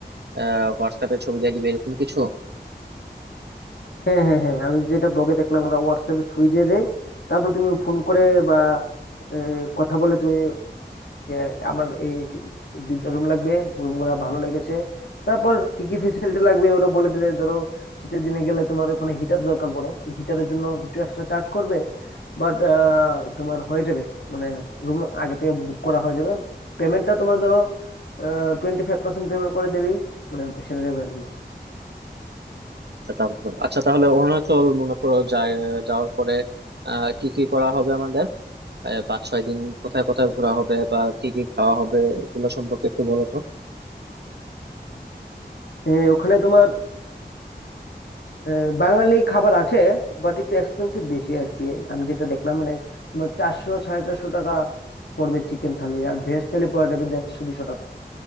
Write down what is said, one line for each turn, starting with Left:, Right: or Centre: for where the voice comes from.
Right: আহ হোয়াটসঅ্যাপে ছবি দিয়ে দিবে এরকম কিছু
Left: হ্যাঁ হ্যাঁ হ্যাঁ আমি যেটা ব্লগে দেখলাম ওরা হোয়াটসঅ্যাপে ছবি দিয়ে দেয় তারপর তুমি ফোন করে বা এ, কথা বলে তুমি যে আমার এই এই দুইটা রুম লাগবে রুম গুলা ভালো লেগেছে তারপর কি কি ফেসিলিটি লাগবে ওরা বলে দিলে ধরো শীতের দিনে গেলে তোমার ওখানে হিটার দরকার পড়ে তো হিটারের জন্য কিছু এক্সট্রা চার্জ করবে বাট তোমার হয়ে যাবে মানে রুম আগে থেকে বুক করা হয়ে যাবে পেমেন্টটা তোমার ধরো টোয়েন্টি ফাইভ পার্সেন্ট পেমেন্ট করে দিলেই মানে সেরে যাবে আর কি
Right: আচ্ছা তাহলে আচ্ছা তাহলে অরুণাচল মনে করো যায় যাওয়ার পরে আহ কি কি করা হবে আমাদের আহ, পাঁচ ছয় দিন কোথায় কোথায় ঘোরা হবে বা কি কি খাওয়া হবে এগুলো সম্পর্কে একটু বলো তো
Left: এ, ওখানে তোমার আহ, বাঙালি খাবার আছে বাট একটু এক্সপেন্সিভ বেশি আর কি আমি যেটা দেখলাম মানে তোমার চারশো সাড়ে চারশো টাকা পড়বে চিকেন থালি আর ভেজ থালি পড়া যাবে দেড়শো দুশো টাকা